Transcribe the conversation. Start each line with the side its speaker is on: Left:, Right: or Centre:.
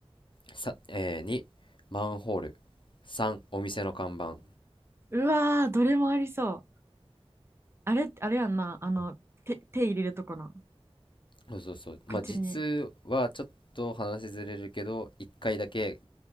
Left: さ、えー2マンホール3お店の看板
Right: うわー、どれもありそう。あれ、あれやんな。あの、手、手入れるとこの、
Left: そうそうそうまあ実はちょっと話ずれるけど1回だけ
Right: 口に。